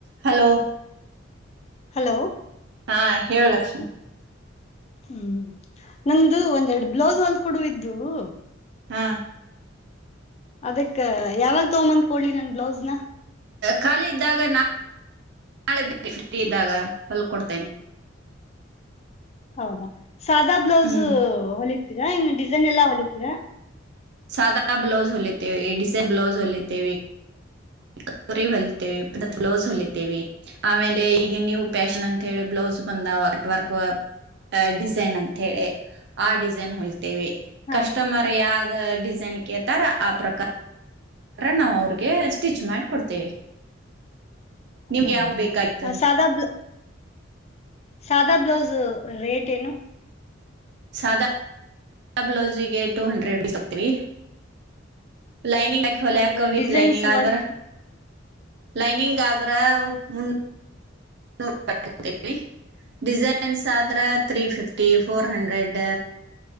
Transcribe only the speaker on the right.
hello
ಹಾ ಹೇಳು ಲಕ್ಷ್ಮಿ
ಹಾ
ಖಾಲಿ ಇದ್ದಾಗ <unintelligible> ನಾಳೆ ಬರೀ ಫ್ರೀ ಇದ್ದಾಗ ಹೊಲ್ ಕೊಡ್ತೇನೆ
ಹ್ಮ್
ಸಾದಾ ಬ್ಲೌಸ್ ಹೊಲತೆೇವೆ ಡಿಸೈನ್ ಬ್ಲೌಸ್ ಹೊಲತೇವೆ <unintelligible> ಹೊಲತೆವೆ ಬ್ಲೌಸ್ ಹೊಲತೆವೆ ಆಮೇಲೆ ಈಗ ನ್ಯೂ ಫ್ಯಾಷನ್ ಅಂತ ಹೇಳಿ ಬ್ಲೌಸ್ ಬಂದ ಅರ್ಟ್ ವರ್ಕ್ ಡಿಸೈನ್ ಅಂತ ಹೇಳಿ ಆ ಡಿಸೈನ್ ಹೋಲಿ ತೇವೆ
ಕಸ್ಟಮರ್ ಯಾವ್ದು ಡಿಸೈನ್ ಕೇಳತಾರ ಆ ಪ್ರಕಾರ ನಾವು ಅವ್ರಿಗೆ ಸ್ಟಿಚ್ ಮಾಡ್ ಕೊಡ್ತೇವೆ <inaudible> ನಿಮ್ಗೆ
ಯಾವ ಬೇಕಾಯ್ತು
ಸಾದಾ <inaudible> ಬ್ಲೌಸಿಗೆ ಟೂ ಹಂಡ್ರೆಡ್ ತಗೋತೀವಿ ಲೈನಿಂಗ್ ಯಾಕೆ ಹೊಲ್ಯಾಕ್
ವಿತ್
ಲೈನಿಂಗ್ ಆದ್ರ
ಲೈನಿಂಗ್ ಆದ್ರ ಮುನ್ನೂ <unintelligible> ಡಿಸೈನ್ಸ್ ಆದ್ರ ತ್ರೀ ಫಿಫ್ಟಿ ಫೋರ್ ಹಂಡ್ರೆಡ್